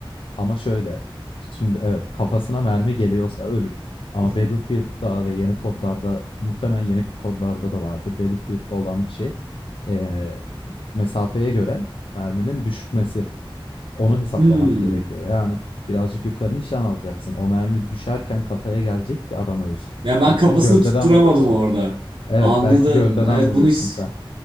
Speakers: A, on the left; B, on the right.
A: ama şöyle. Şimdi evet kafasına mermi geliyorsa ölür. Ama
B: <laughs>
A: Battlefield'da ve yeni kodlarda muhtemelen yeni kodlarda da vardır. Battlefield'da olan bir şey. ee, mesafeye göre merminin düşmesi. Onu hesaplamak
B: Hmm.
A: gerekiyor. Yani birazcık yukarı nişan alacaksın. O mermi düşerken kafaya gelecek ki adam ölsün.
B: Ya ben
A: Belki
B: kafasını
A: sen gövdeden
B: tutturamadım
A: vuruyorsun.
B: orada.
A: Evet,
B: Anladım.
A: belki gövdeden
B: Evet
A: vuruyorsun
B: bunu hiç...
A: sen.